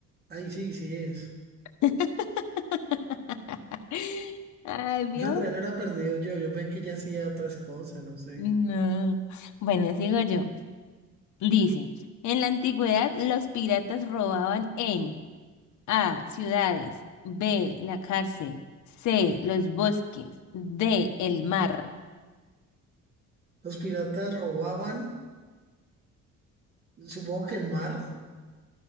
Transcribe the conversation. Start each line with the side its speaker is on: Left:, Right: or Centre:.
Right: Ahí sí, sí es.
Left: <laughs> Ay, Dios.
Right: Esa todavía la era perdido yo. Yo pensé que ella hacía otras cosas, no sé.
Left: No. Bueno, sigo yo. Dice, en la antigüedad los piratas robaban en A, ciudades, B, la cárcel, C, los bosques, D, el mar.
Right: Los piratas robaban. Supongo que el mar.